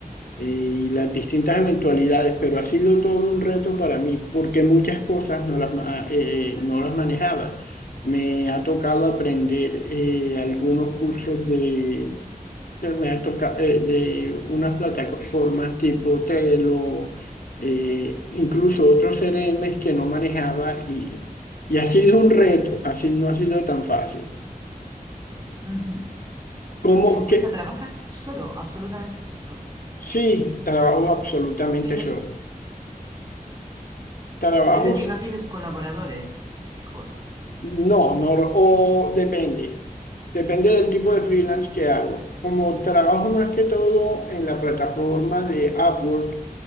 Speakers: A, on the left; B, on the right.
A: eh, y las distintas eventualidades, pero ha sido todo un reto para mí, porque muchas cosas no las, ma- eh, eh, no las manejaba. Me ha tocado aprender eh, algunos cursos de me, me ha tocado eh, de unas plataformas tipo Trello, eh, incluso otros CRMs que no manejaba y, y ha sido un reto, así no ha sido tan fácil.
B: Ujú.
A: Como
B: Y escucha,
A: que
B: trabajas solo, absolutamente solo.
A: sí, trabajo absolutamente
B: Sí, no
A: solo.
B: es,
A: Trabajos,
B: es decir, no tienes colaboradores fijos.
A: no, no, o depende. Depende del tipo de freelance que hago. Como trabajo más que todo en la plataforma de Upwork,